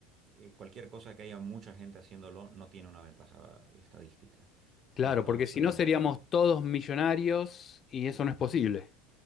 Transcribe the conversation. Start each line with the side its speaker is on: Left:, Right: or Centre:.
Right: eh, cualquier cosa que haya mucha gente haciéndolo no tiene una ventaja estadística.
Left: Claro,
Right: Entonces,
Left: porque si no seríamos todos millonarios y eso no es posible.